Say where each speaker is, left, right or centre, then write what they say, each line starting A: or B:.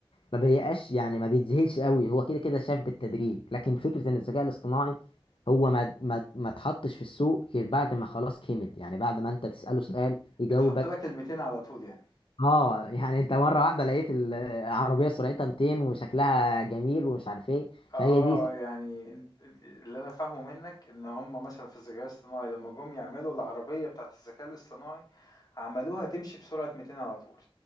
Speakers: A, on the left; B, on the left.
A: ما بيبقاش يعني ما بيتذهلش قوي هو كده كده شاف بالتدريج لكن فكره ان الذكاء الاصطناعي هو ما ما ما اتحطش في السوق غير بعد ما خلاص كمل يعني بعد ما انت تساله سؤال يجاوبك
B: اتحط لك الميتين على طول يعني
A: اه يعني انت مره واحده لقيت العربيه سرعتها 200 وشكلها جميل ومش عارف ايه
B: اه
A: فهي دي
B: يعني انت اللي انا فاهمه منك ان هم مثلا في الذكاء الاصطناعي لما جم يعملوا العربية بتاعت الذكاء الاصطناعي عملوها تمشي بسرعة 200 على طول